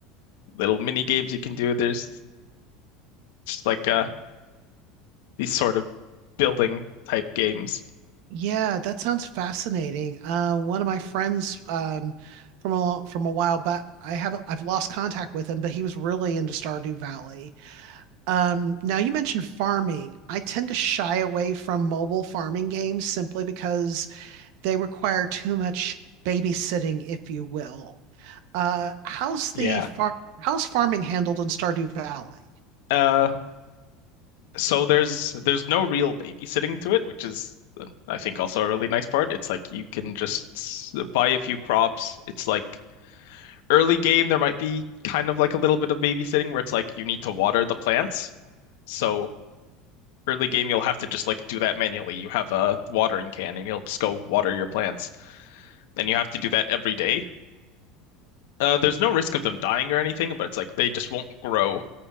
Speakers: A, on the left; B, on the right.
A: little mini games you can do. There's just like, uh, these sort of building type games.
B: Yeah, that sounds fascinating. Uh, one of my friends um, from a from a while back, I haven't I've lost contact with him, but he was really into Stardew Valley. Um, now you mentioned farming. I tend to shy away from mobile farming games simply because they require too much babysitting, if you will. Uh, how's
A: Yeah.
B: the far how's farming handled in Stardew Valley?
A: Uh, so there's there's no real babysitting to it, which is uh, I think also a really nice part. It's like you can just s- buy a few crops. It's like early game, there might be kind of like a little bit of babysitting where it's like you need to water the plants. So early game, you'll have to just like do that manually. You have a watering can and you'll just go water your plants, and you have to do that every day. Uh, there's no risk of them dying or anything, but it's like they just won't grow